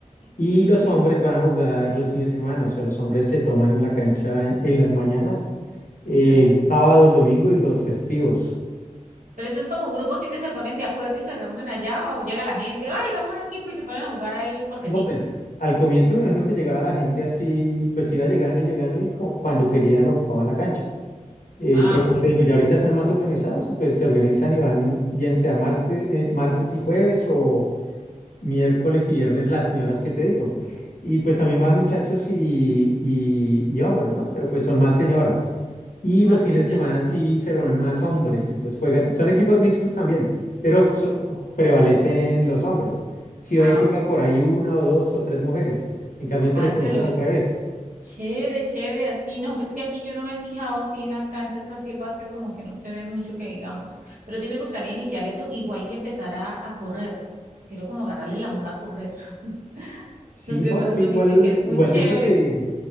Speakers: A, on the right; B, on the left.
A: Qué
B: Y
A: chévere.
B: los hombres van a jugar los fines de semana, o sea, los hombres se toman la cancha en, en las mañanas, eh,
A: Ok.
B: el sábado, el domingo y los festivos.
A: Pero eso es como un grupo sí que se ponen de acuerdo y se reúnen allá o llega la gente, ay, vamos a un equipo y se ponen a jugar ahí porque
B: No,
A: sí.
B: pues al comienzo me imagino que llegaba la gente así, pues iba llegando y llegando y co- cuando querían ocupaban la cancha. Eh,
A: Ah,
B: pero
A: ok.
B: como te digo, ya ahorita están más organizados, pues se organizan y van bien sea martes, eh, martes y jueves o, miércoles y viernes las señoras que te digo. Y pues también van muchachos y, y- y hombres, ¿no? Pero pues son más señoras. Y
A: Más
B: los fines
A: señales,
B: de semana sí
A: chévere.
B: se reúnen más hombres, entonces juega, son equipos mixtos también, pero so- prevalecen los hombres. Si
A: Ah,
B: ahí juega
A: ok.
B: por ahí una o dos o tres mujeres, en cambio tres
A: ay,
B: semanas
A: pero
B: al
A: ch-
B: revés.
A: chévere, chévere, así. No, pues que aquí yo no me he fijado así en las canchas, casi el básquet como que no se ve mucho que digamos. Pero sí me gustaría iniciar eso igual que empezar a, a correr. Quiero como agarrarle el amor a correr. <laughs>
B: Sí,
A: No sé,
B: no,
A: todo
B: esto
A: el mundo
B: igual,
A: me dice que es
B: igual
A: muy chévere.
B: yo creo que